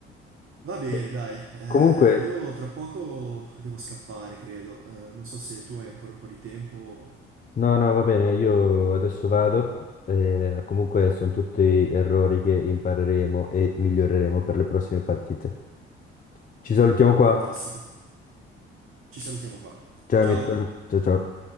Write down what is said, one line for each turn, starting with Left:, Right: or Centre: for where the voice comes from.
Right: Va bene,
Left: Beh,
Right: dai, eh,
Left: Comunque,
Right: io tra poco devo scappare, credo. Eh, non so se tu hai ancora un po' di tempo.
Left: no, no, va bene, io adesso vado. eh, comunque sono tutti errori che impareremo e miglioreremo per le prossime partite. Ci salutiamo qua.
Right: Fantastico. Ci salutiamo qua.
Left: Ciao
Right: Ciao!
Left: Mirko. Ciao ciao.